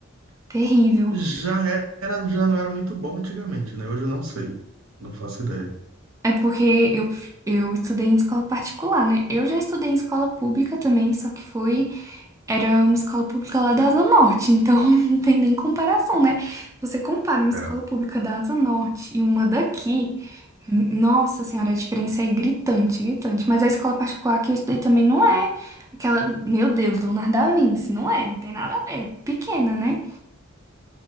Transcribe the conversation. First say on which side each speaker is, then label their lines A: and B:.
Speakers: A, on the right; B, on the right.
A: Terrível.
B: já era, já não era muito bom antigamente, né? Hoje eu não sei, não faço ideia.
A: É, é porque eu, eu estudei em escola particular, né? Eu já estudei em escola pública também, só que foi. Era uma escola pública lá da Asa Norte, então <laughs> não tem nem comparação, né? Se você compara uma
B: É.
A: escola pública da Asa Norte e uma daqui. Nossa senhora, a diferença é gritante, gritante. Mas a escola particular que eu estudei também não é aquela, meu Deus, Leonardo da Vinci, não é, não tem nada a ver, pequena, né?